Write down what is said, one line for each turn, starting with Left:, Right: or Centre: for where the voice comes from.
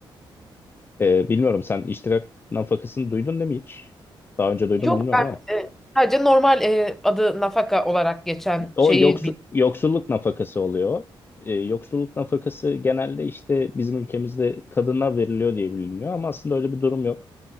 Left: Ee, bilmiyorum sen iştirak nafakasını duydun değil mi hiç? Daha önce duydun
Centre: Yok
Left: mu bilmiyorum
Centre: ben
Left: ama.
Centre: e, sadece normal e, adı nafaka olarak geçen
Left: O
Centre: şeyi
Left: yoksu-
Centre: bil-
Left: yoksulluk nafakası oluyor. Ee, yoksulluk nafakası genelde işte bizim ülkemizde kadına veriliyor diye biliniyor ama aslında öyle bir durum yok.